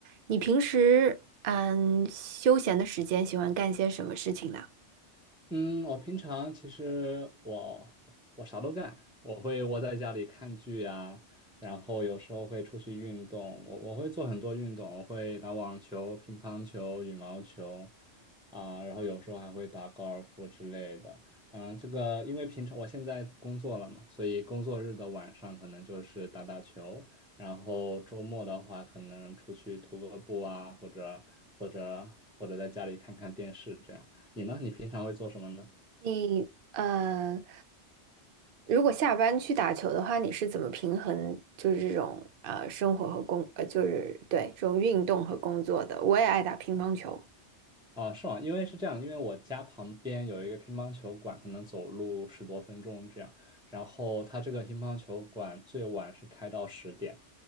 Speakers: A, on the right; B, in the centre.
A: 你平时嗯休闲的时间喜欢干些什么事情呢？
B: 嗯，我平常其实我我啥都干，我会窝在家里看剧呀，然后有时候会出去运动，我我会做很多运动，我会打网球、乒乓球、羽毛球啊，然后有时候还会打高尔夫之类的。嗯，这个因为平常我现在工作了嘛，所以工作日的晚上可能就是打打球，然后周末的话可能出去徒个步啊，或者或者或者在家里看看电视这样。你呢？你平常会做什么呢？
A: 你呃，如果下班去打球的话，你是怎么平衡就是这种呃生活和工呃就是对这种运动和工作的？我也爱打乒乓球，
B: 啊，是吗？因为是这样，因为我家旁边有一个乒乓球馆，可能走路十多分钟这样。然后它这个乒乓球馆最晚是开到十点，